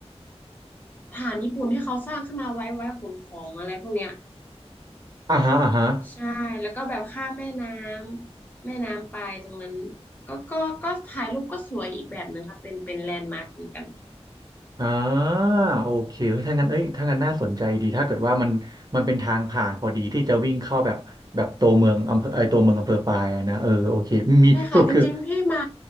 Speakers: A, on the left; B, on the right.
A: ฐานญี่ปุ่นที่เขาสร้างขึ้นมาไว้ไว้ขนของอะไรพวกเนี้ย
B: อ่าฮะอ่าฮะ
A: ใช่แล้วก็แบบข้ามแม่น้ำแม่น้ำไปตรงนั้นก็ก็ก็ถ่ายรูปก็สวยอีกแบบหนึ่งค่ะเป็นเป็นแลนด์มาร์คเหมือนกัน
B: อ่าโอเคเฮ้ยถ้างั้นเอ้ยถ้างั้นน่าสนใจดีถ้าเกิดว่ามันมันเป็นทางผ่านพอดีที่จะวิ่งเข้าแบบแบบตัวเมืองอำเภอไอยตัวเมืองอำเภอปายอะนะเออโอเคมีสรุปคือ
A: ใช่ค่ะจริงๆพี่มา